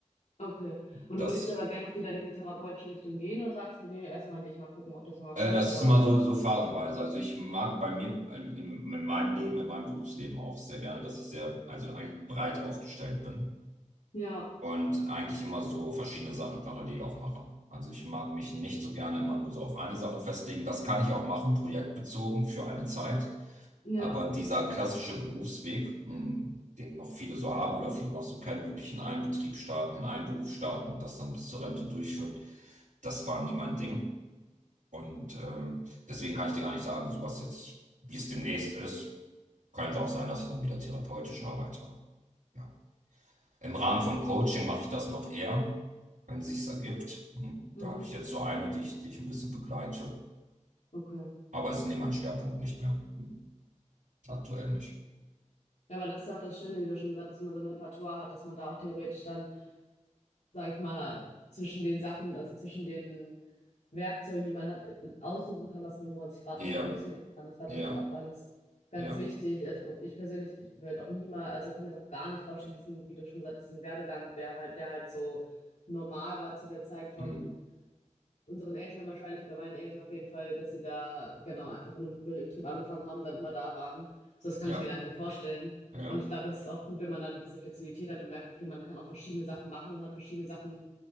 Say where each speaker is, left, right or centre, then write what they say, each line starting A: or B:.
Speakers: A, on the left (about 65°); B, on the right (about 80°).
A: okay. Und
B: Das,
A: du möchtest aber gerne auch wieder in diese therapeutische Richtung gehen oder sagst du, nee, erstmal nicht, mal gucken, ob das nochmal
B: äh,
A: kommt,
B: das
A: aber
B: ist immer so, so phasenweise. Also ich mag bei mir in, in, in meinem Leben, in meinem Berufsleben auch sehr gerne, dass ich sehr, also eigentlich breit aufgestellt bin.
A: ja.
B: und eigentlich immer so verschiedene Sachen parallel auch mache. Also ich mag mich nicht so gerne immer nur so auf eine Sache festlegen. Das kann ich auch machen, projektbezogen für eine Zeit.
A: Ja,
B: Aber dieser klassische Berufsweg, mh, den noch viele so haben oder viele noch so kennen, wirklich in einem Betrieb starten, in einem Beruf starten und das dann bis zur Rente durchführen, das war nie mein Ding. Und ähm, deswegen kann ich dir gar nicht sagen, so was jetzt, wie es demnächst ist. Könnte auch sein, dass ich dann wieder therapeutisch arbeite. Ja. Im Rahmen von Coaching mache ich das noch eher, wenn es sich ergibt. Und
A: mhm,
B: Da habe ich jetzt so eine, die ich, die ich ein bisschen begleite.
A: okay.
B: Aber es ist nicht mein Schwerpunkt nicht mehr. Hm. Aktuell nicht.
A: Ja, aber das ist ja auch das Schöne, wie du schon gesagt hast, wenn man so ein Repertoire hat, dass man da auch theoretisch dann, sage ich mal, zwischen den Sachen, also zwischen den Werkzeugen, die man hat, äh, aussuchen kann, was man, wo man sich gerade
B: Ja,
A: darauf fokussieren kann. Ich glaube,
B: ja,
A: das ist auch ganz, ganz
B: ja,
A: wichtig. Also ich persönlich werde auch niemals, also kann mir das auch gar nicht vorstellen, diesen, wie du schon gesagt hast, diesen Werdegang, der halt, der halt so normal war zu der Zeit von
B: hm.
A: unseren Eltern wahrscheinlich oder meinen Eltern auf jeden Fall, dass sie da genau einfach in einem Betrieb angefangen haben, dann immer da waren. So, das kann
B: ja,
A: ich mir gar nicht mehr vorstellen.
B: ja,
A: Und ich glaube, das ist auch gut, wenn man dann diese Flexibilität hat und merkt, okay, man kann auch verschiedene Sachen machen und hat verschiedene Sachen